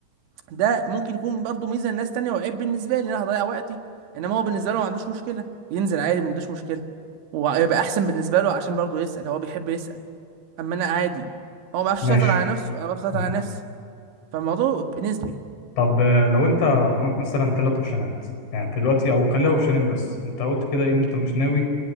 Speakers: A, on the right (about 85°); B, on the left (about 85°).
A: ده ممكن يكون برضو ميزه لناس تانية وعيب بالنسبه لي ان انا هضيع وقتي انما هو بالنسبه له ما عندوش مشكله ينزل عادي ما عندوش مشكله ويبقى احسن بالنسبه له عشان برضو يسال هو بيحب يسال اما انا عادي هو ما بيعرفش
B: ماشي
A: يسيطر على نفسه انا ما بعرفش اسيطر
B: تمام
A: على نفسي فالموضوع نسبي
B: طب آه، لو انت قدامك مثلا ثلاث اوبشنات يعني دلوقتي او خليها اوبشنين بس انت قلت كده إيه؟ ان انت مش ناوي